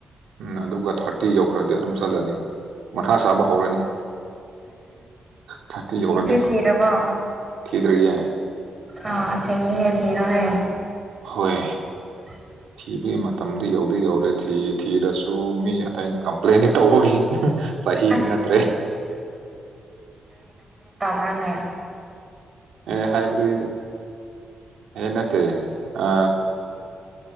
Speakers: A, on the right; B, on the right.
A: ꯎꯝ ꯑꯗꯨꯒ ꯊꯥꯔꯇꯤ ꯌꯧꯈ꯭ꯔꯗꯤ ꯑꯗꯨꯝ ꯆꯠꯂꯅꯤ ꯃꯊꯥ ꯁꯥꯕ ꯍꯧꯔꯅꯤ ꯊꯥꯇꯤ ꯌꯧꯔꯗꯤ
B: ꯅꯨꯄꯤ ꯊꯤꯔꯕꯣ
A: ꯊꯤꯗ꯭ꯔꯤꯌꯦ
B: ꯑꯥ ꯊꯦꯡꯉꯦ ꯊꯤꯔꯣꯍꯦ
A: ꯍꯣꯏ
B: <inaudible>
A: ꯊꯤꯕꯒꯤ ꯃꯇꯝꯗꯤ ꯌꯧꯗꯤ ꯌꯧꯔꯦ ꯊꯤ ꯊꯤꯔꯁꯨ ꯃꯤ ꯑꯇꯩꯅ ꯀꯝꯄ꯭ꯂꯦꯟꯗꯤ ꯇꯧꯕꯒꯤ ꯁꯍꯤꯗꯤ
B: ꯑꯁ
A: ꯅꯠꯔꯦ
B: ꯃꯅꯦ
A: ꯑꯦ ꯍꯥꯏꯕꯗꯤ ꯑꯦꯅꯠꯇꯦ ꯑ